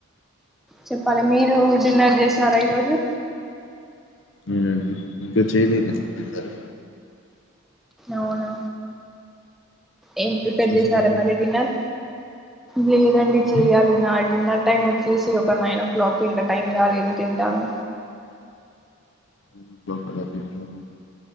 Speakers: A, in the centre; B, on the left.
A: చెప్పాలి మీరు డిన్నర్ చేసారా ఈ రోజు
B: నేనా అండి ఇంకా చేయలేదండి, తిన్నారా
A: అవును ఏం
B: మీరు
A: ప్రిపేర్
B: చేశారా
A: చేసారా
B: అండి
A: మరి డిన్నర్, లేదండి చెయ్యాలి
B: హ్మ్.
A: నా డిన్నర్ టైమ్ వచ్చి చూసి ఒక నైన్ ఓ క్లాక్కి ఇంకా టైం కాలేదు తింటాను
B: నైన్ ఓ క్లాక్ అలా తింటారా